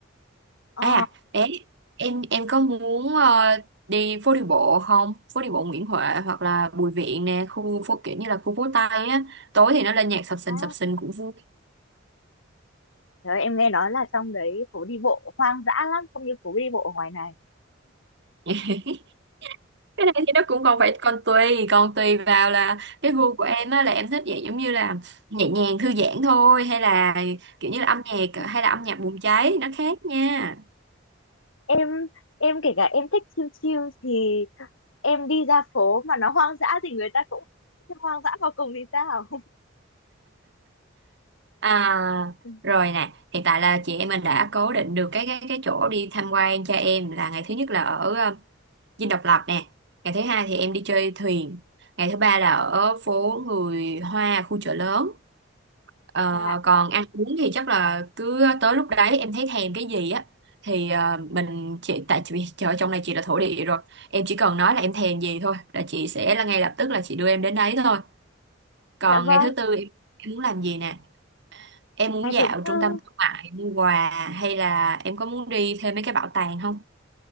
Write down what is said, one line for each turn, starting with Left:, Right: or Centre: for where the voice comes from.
Left: Ờ,
Right: À, đấy, em em có muốn ờ, đi phố đi bộ không? Phố đi bộ Nguyễn Huệ hoặc là Bùi Viện nè, khu phố kiểu như là khu phố Tây á. Tối thì nó lên nhạc sập sình
Left: à,
Right: sập sình cũng vui.
Left: trời ơi, em nghe nói là trong đấy phố đi bộ hoang dã lắm, không như phố đi bộ ở ngoài này.
Right: <laughs> Cái này thì nó cũng còn phải còn tùy, còn tùy vào là cái gu của em á là em thích vậy giống như là nhẹ nhàng thư giãn thôi hay là kiểu như là âm nhạc
Left: <laughs>
Right: hay là âm nhạc bùng cháy nó khác nha.
Left: Em em kể cả em thích chill chill thì em đi ra phố mà nó hoang dã thì người ta cũng hoang dã vào cùng thì sao?
Right: À
Left: <laughs>
Right: rồi nè hiện tại là chị em mình đã cố định được cái cái cái chỗ đi tham quan cho em là ngày thứ nhất là ở ờ, Dinh Độc Lập nè ngày thứ hai thì em đi chơi thuyền ngày thứ ba là ở phố người Hoa khu chợ lớn Ờ,
Left: Dạ,
Right: còn ăn uống thì chắc là cứ tới lúc đấy em thấy thèm cái gì á thì ờ, mình chỉ tại vì chợ trong này chị là thổ địa rồi em chỉ cần nói là em thèm gì thôi là chị sẽ là ngay lập tức là chị đưa em đến đấy thôi còn
Left: dạ vâng.
Right: ngày thứ tư em, em muốn làm gì nè em muốn
Left: Ngày
Right: dạo
Left: thứ tư
Right: trung tâm thương mại mua quà hay là em có muốn đi thêm mấy cái bảo tàng không